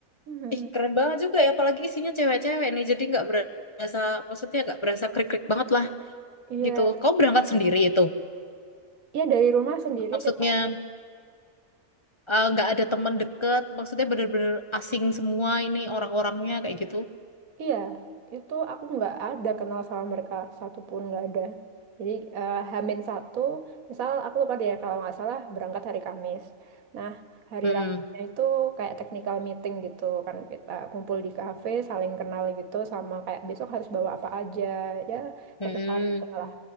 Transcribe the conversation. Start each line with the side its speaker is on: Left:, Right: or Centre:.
Right: Hmm.
Left: Ih, keren banget juga ya. Apalagi isinya cewek-cewek nih. Jadi nggak berasa, maksudnya nggak berasa krik-krik banget lah
Right: Iya,
Left: gitu. Kamu berangkat sendiri itu.
Right: iya dari rumah sendiri
Left: Maksudnya
Right: kita
Left: eh, nggak ada teman deket. Maksudnya bener-bener asing semua ini orang-orangnya kayak gitu.
Right: Iya, itu aku nggak ada kenal sama mereka satupun nggak ada. Jadi eh, Hamin satu, misal aku lupa deh ya, kalau nggak salah berangkat hari Kamis. Nah, hari
Left: Mm-mm.
Right: Rabunya itu kayak technical meeting gitu kan kita kumpul di kafe, saling kenal gitu sama kayak besok harus bawa apa aja ya
Left: Mm-mm.
Right: technical meeting lah,